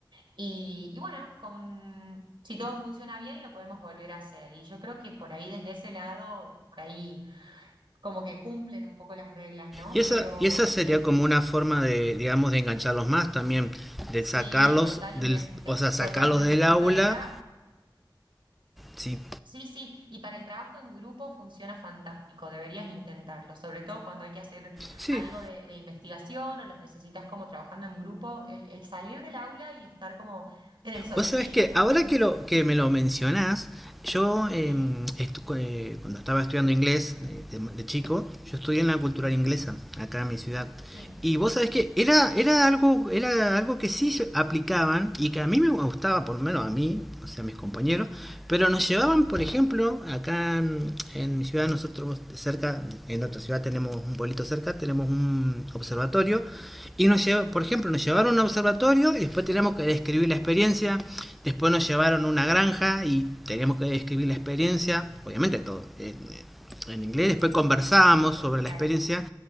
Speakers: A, on the right; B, in the centre.
A: Y, y bueno, con, si todo funciona bien, lo podemos volver a hacer. Y yo creo que por ahí, desde ese lado, por ahí como que cumplen un poco las reglas, ¿no?
B: Y esa,
A: Pero
B: y esa sería
A: el,
B: como una forma de, digamos, de engancharlos más también, de
A: sí,
B: sacarlos
A: totalmente,
B: del, o sea, sacarlos
A: totalmente.
B: del aula,
A: Y para el trabajo,
B: sí,
A: sí, sí, y para el trabajo en grupo funciona fantástico, deberías intentarlo, sobre todo cuando hay que hacer
B: sí,
A: algo de, de investigación o los necesitas como trabajando en grupo, el, el salir del aula y estar como en el solcito,
B: Vos sabés que ahora
A: pueden,
B: que, lo, que me lo mencionás, yo eh,
A: sí,
B: estu- eh, cuando estaba estudiando inglés eh, de, de chico, yo estudié en la cultural inglesa, acá en mi ciudad.
A: sí,
B: Y vos sabés que era, era, algo, era algo que sí se aplicaban y que a mí me gustaba, por lo menos a mí, o sea, a mis compañeros, pero nos llevaban, por ejemplo, acá en, en mi ciudad, nosotros cerca, en otra ciudad tenemos un pueblito cerca, tenemos un observatorio, y nos lleva, por ejemplo, nos llevaron a un observatorio y después teníamos que describir la experiencia, Después nos llevaron a una granja y teníamos que describir la experiencia, obviamente todo en, en inglés. Después conversábamos
A: en inglés,
B: sobre
A: claro.
B: la experiencia